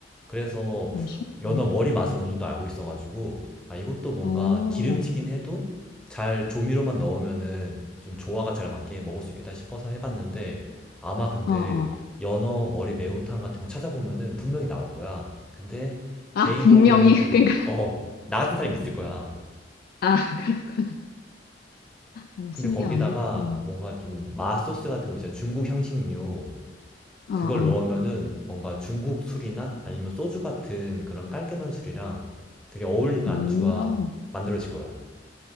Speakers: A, in the centre; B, on the left.
A: 그래서
B: 어, 신기하네.
A: 연어 머리 맛을 어느 정도 알고 있어가지고 아 이것도 뭔가
B: 어, 어,
A: 기름지긴 해도 잘 조미료만 넣으면은 좀 조화가 잘 맞게 먹을 수 있겠다 싶어서 해봤는데 아마 근데
B: 어.
A: 연어 머리 매운탕 같은 거 찾아보면은 분명히 나올 거야 근데
B: 아,
A: 개인적으로는
B: 분명히, <laughs> 그러니까,
A: 어 나 같은 사람이 있을 거야
B: 아, 그렇구나. 어,
A: 근데
B: 신기하네.
A: 거기다가
B: 어,
A: 뭔가 좀 맛소스 같은 거 있잖아. 중국 향신료.
B: 어,
A: 그걸
B: 어.
A: 넣으면은 뭔가 중국 술이나 아니면 소주 같은 그런 깔끔한 술이랑 되게 어울리는
B: 음,
A: 안주가 만들어질 거야.